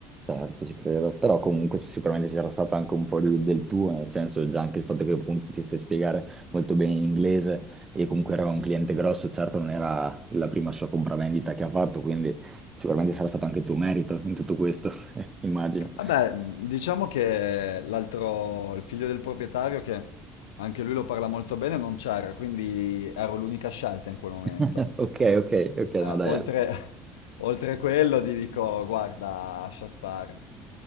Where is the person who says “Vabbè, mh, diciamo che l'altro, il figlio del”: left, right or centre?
Left